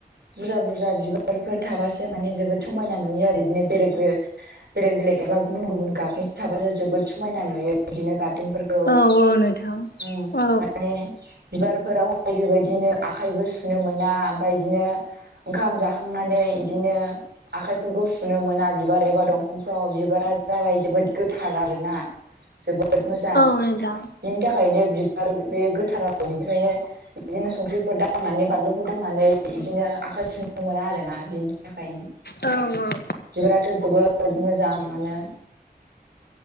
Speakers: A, on the right; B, on the left.
A: बुरजा बुरजा बिबारफोर थाबासो माने जोबोद समायना नुयो आरो बिदिनो बेलेग बेे बेलेग बेलेग एबा गुबुन गुबुन गाबनि थाबासो जोबोद समायना नुयो बिदिनो गार्देनफोरखौ
B: औ औ नोंथां
A: उम
B: औ
A: माने बिार फोरावहाय बेबायदिनो आखाइबो सुनो मोना ओमफाय इदिनो ओंखाम जाखांनानै इदिनो आखाइफोरखौ सुनो मोना बिबार एबा दंफांफ्राव बिबारा जाबाय जोबोद गोथार आरोना जोबोद मोजां
B: औ नोंथां
A: बिनि थाखायनो बिबार बे गोथाराव बिनिखायनो इदिनो संख्रिफोर दांनानै बानलुफोर दांनानै इदिनो आखाइ सुनो मोना आरोना बि बिनि थाखायनो
B: औ औ
A: बिबाराथ' जोबोद मोजां मोनो